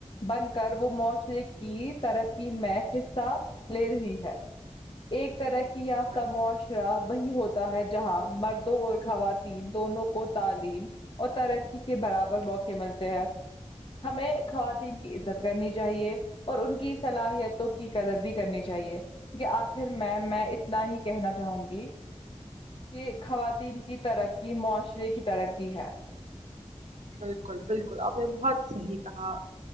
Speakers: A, on the left; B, on the right.
A: بن کر وہ معاشرے کی ترقی میں حصہ لے رہی ہے ایک طرح کی یافتہ
B: بالکل۔
A: معاشرہ وہی ہوت تا ہے جہاں مردوں اور خواتین دونوں کو تعلیم اور ترقی کے برابر موقع ملتے ہیں ہمیں خواتین کی عزت کرنی چاہیے اور ان کی صلاحیتوں کی قدر بھی کرنی چاہیے کی کی آخر میں میں اتنا ہی کہنا چاہوں گی کہ خواتین کی ترکی معاشرے کی ترکی ہے
B: بالکل بالکل آپ نے بہت صحیح کہا